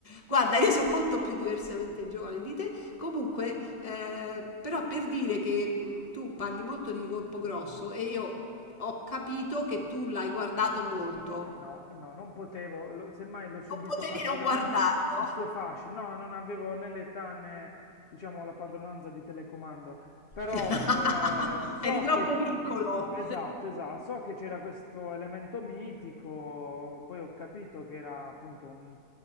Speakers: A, on the left (about 25°); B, on the left (about 60°).
A: Guarda, io son molto più diversamente giovane di te. Comunque, ehm, però per dire che, mhmm, tu parli molto di Colpo grosso e io ho capito che tu l'hai guardato molto.
B: Eh no, eh no, non potevo, lo- semmai l'ho subito
A: Non potevi
B: passivamente
A: non guardarlo.
B: il suo fascino. No, non avevo né l'età né, diciamo, la padronanza di telecomando, però
A: <laughs>
B: eh, so
A: Eri troppo
B: che,
A: piccolo.
B: esatto, esatto, so che c'era questo elemento mitico, poi ho capito che era appunto un-